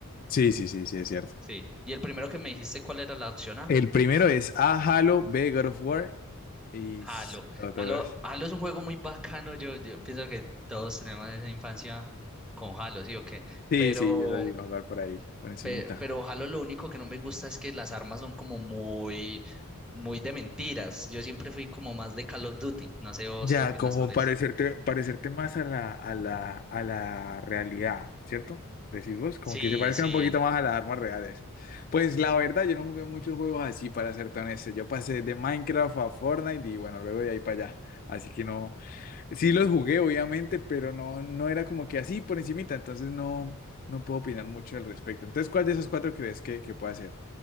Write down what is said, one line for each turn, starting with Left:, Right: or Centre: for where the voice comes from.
Left: Sí, sí, sí, sí, es cierto.
Centre: Sí. Y el primero que me dijiste, ¿cuál era la opción A?
Left: El primero es A, Halo, B, God of War y
Centre: Halo.
Left: s- otros.
Centre: Halo, Halo es un juego muy bacano, yo, yo pienso que todos tenemos esa infancia con Halo, ¿sí o qué?
Left: Sí,
Centre: Pero,
Left: sí, yo lo llegué a jugar por ahí, por encimita.
Centre: pe- pero Halo lo único que no me gusta es que las armas son como muy muy de mentiras. Yo siempre fui como más de Call of Duty. No sé vos
Left: Ya,
Centre: qué opinas
Left: como
Centre: sobre
Left: parecerte,
Centre: eso.
Left: parecerte más a la, a la, a la realidad, ¿cierto? Decís vos, como
Centre: Sí,
Left: que se parezcan
Centre: sí.
Left: un poquito más a las armas reales. Pues la verdad, yo no jugué muchos juegos así, para ser honesto. Yo pasé de Minecraft a Fortnite y bueno, luego de ahí para allá. Así que no. Sí los jugué, obviamente, pero no, no era como que así por encimita, entonces no, no puedo opinar mucho al respecto. Entonces, ¿cuál de esos cuatro crees que, que puede hacer?